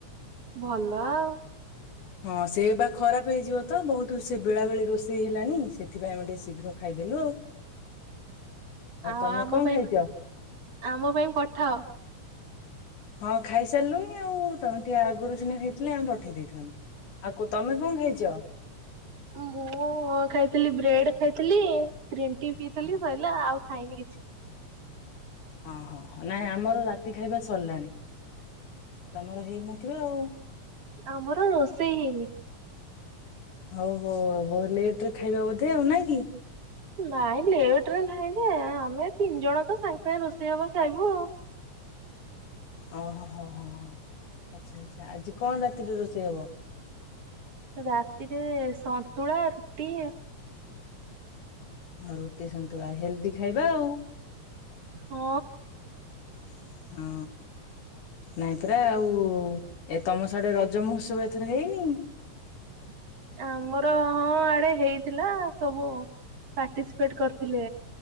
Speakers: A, on the right; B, on the left.
A: ଭଲ ଆଉ।
B: ହଁ ସେ ବା ଖରାପ ହେଇଯିବ ତ ବହୁତ ସେ ବେଳେ ବବେଳେ ରୋଷେଇ ହେଲାଣିି ସେଥିପାଇଁ ଆମେ ଟିକେ ଶୀଘ୍ର ଖାଇ ଦେଲୁ ଆଉ।
A: <inaudible> ଆଉ
B: ତମେ
A: ଆମ
B: କଣ
A: ପାଇଁ
B: ଖାଇଛ
A: <inaudible> ଆମ ପାଇଁ ପଠାଅ।
B: ହଁ ଖାଇ ସାରିଲୁଣି ଆଉ ତମେ ଟିକେ ଆଗରୁ ସିନା ହେଇଥିଲେ ଆମେ ପଠେଇ ଦେଇଥାନ୍ତୁ। ଆକୁ ତମେ କଣ ଖାଇଛ?
A: ମୁଁ ଖାଇଥିଲି ବ୍ରେଡ ଖାଇଥିଲି ଗ୍ରୀନ୍ ଟି ପିଇଥିଲି ସର ଆଉ ଖାଇନି କିଛି।
B: ଓହୋ ନାଇଁ ଆମର ରାତି ଖାଇବା ସରିଲାଣି। <inaudible> ତମର ହେଇନଥିବ ଆଉ <inaudible>
A: ଆମର ରୋଷେଇ ହେଇନି।
B: ହଉ ହଉ ବୋଉ ଲେଇଥିବ ଖାଇବା ବୋଧେ ଆଉ ନା କି?
A: ନାଇଁ ଲେଟ ରେ ନାହିଁ ଯେ ଆମେ ତିନି ଜଣ ତ ସାଙ୍ଗେ ସାଙ୍ଗେ ରୋଷେଇ ହବ ଖାଇବୁ ଆଉ।
B: ଓହୋ ହୋ ହଁ ହ ଆଚ୍ଛା ଆଚ୍ଛା ଆଜି କଣ ରାତିରେ ରୋଷେଇ ହବ?
A: ରାତିରେ ସନ୍ତୁଳା ରୁଟି
B: ଆଉ ରୁଟି ସନ୍ତୁଳା ହେଲ୍ଦି ଖାଇବା ଆଉ
A: ହଁ।
B: <inaudible> ହୁଁ। ନାଇଁ ପରା ଆଉ ଏ ତମ ସଡେ ରଜ ମହୋତ୍ସବ ଏଥର ହେଇନି।
A: <inaudible> ଆମର ହଁ ଆଡେ ହେଇଥିଲା ସବୁ ପାର୍ଟିସିପେଟ କରିଥିଲେ